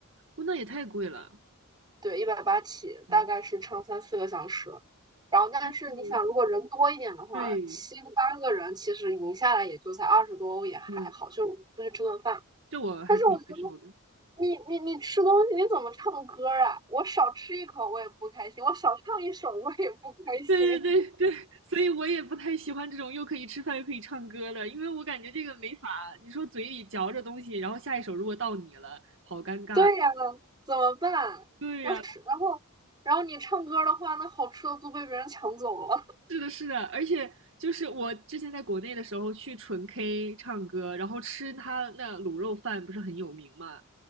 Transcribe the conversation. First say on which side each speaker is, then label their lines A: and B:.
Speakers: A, on the right; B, on the right.
A: 不，那也太贵了，
B: 对，一百八起，
A: 嗯，
B: 大概是唱三四个小时。然后，但是你想，
A: 但是
B: 如果人多一点的话，
A: 对，
B: 七个八个人，其实匀下来也就才二十多欧，也还好，
A: 嗯，
B: 就是出去吃顿饭。
A: 这我还可以接受的，
B: 但是我觉得你你你吃东西你怎么唱歌啊？我少吃一口我也不开心，我少唱一首我也不开心。
A: 对对对对，所以我也不太喜欢这种又可以吃饭又可以唱歌的，因为我感觉这个没法，你说嘴里嚼着东西，然后下一首如果到你了，好尴尬，
B: 对呀，怎么办？
A: 对呀。
B: 要是然后然后你唱歌的话，那好吃的都被别人抢走了。<laughs>
A: 是的，是的，而且就是我之前在国内的时候去纯 K 唱歌，然后吃他那卤肉饭不是很有名嘛，